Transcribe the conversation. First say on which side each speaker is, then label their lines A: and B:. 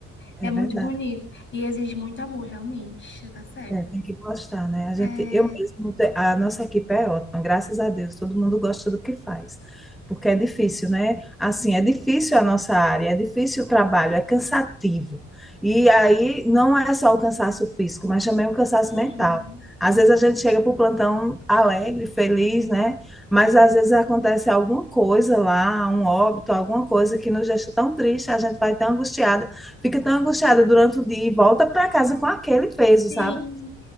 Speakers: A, in the centre; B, on the left.
A: é
B: É muito
A: verdade.
B: bonito e exige muito amor, realmente. Você tá certa.
A: É, tem que gostar, né? A
B: É...
A: gente, eu mesmo, te- a nossa equipe é ótima, graças a Deus, todo mundo gosta do que faz, porque é difícil, né? Assim, é difícil a nossa área, é difícil o trabalho, é cansativo. E aí não é só o cansaço físico, mas também o cansaço
B: Uhum.
A: mental. Às vezes a gente chega para o plantão alegre, feliz, né? Mas às vezes acontece alguma coisa lá, um óbito, alguma coisa que nos deixa tão triste, a gente vai tão angustiada, fica tão angustiada durante o dia e volta para casa com aquele peso,
B: Sim,
A: sabe?